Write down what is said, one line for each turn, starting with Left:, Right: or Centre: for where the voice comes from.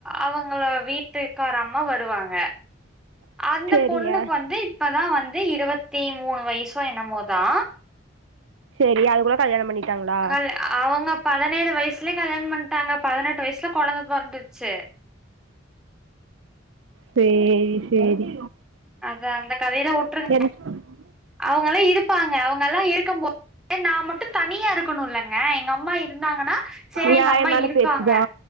Centre: அவங்கள வீட்டுக்காரம்மா வருவாங்க
Right: <inaudible>
Centre: அந்த
Right: சேரிங்க
Centre: பொண்ணுக்கு வந்து இப்பதா வந்து இருவத்தி மூணு வயசோ என்னமோதா
Right: பெரிய ஆளுக்கூட கல்யாண பண்ணிட்டாங்களா
Centre: கல் அவங்க பதினேழு வயசுலயே கல்யாண பண்ட்டாங்க பதினெட்டு வயசுல கொழந்த பொறந்துருச்சு
Right: சேரி சேரி
Centre: அத அந்த கதையிலா உட்டுருங்க
Right: என்
Centre: அவுங்கல்லாம் இருப்பாங்க அவுங்கல்லாம் இருக்கும் போ ஏ நான் மட்டும் தனியா இருக்கணுலங்க எங்க அம்மா இ இருந்தாங்கன்னா சரி
Right: நியாயமான
Centre: எங்க அம்மா இருக்காங்க
Right: பேச்சுதா